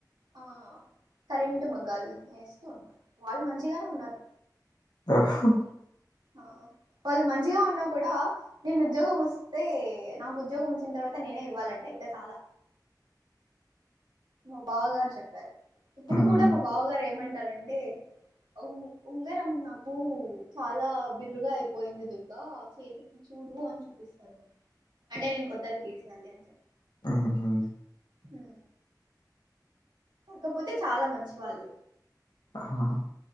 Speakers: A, on the right; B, on the left.
A: ఆ కరెంట్ మగ్గాలు వేస్తూ ఉన్నారు వాళ్ళు మంచిగానే ఉన్నారు
B: ఆహ
A: ఆ వాళ్ళు మంచిగా ఉన్నా కూడా నేను ఉద్యోగం వస్తే నాకు ఉద్యోగం వచ్చిన తర్వాత నేనే ఇవ్వాలంటే ఇంకా చాలా మా బావగారు చెప్పారు ఇప్పుడు
B: హ్మ్.
A: కూడా మా బావగారు ఏమంటారండి ఉ ఉంగరం నాకు చాలా బిరుగా అయిపోయింది దుర్గా చేతికి చూడు అని చూపిస్తారు అంటే నేను కొత్తది తీసేయాలి అని చెప్ప
B: ఆహ
A: ఆ కాకపోతే చాలా మంచి వాళ్ళు
B: ఆ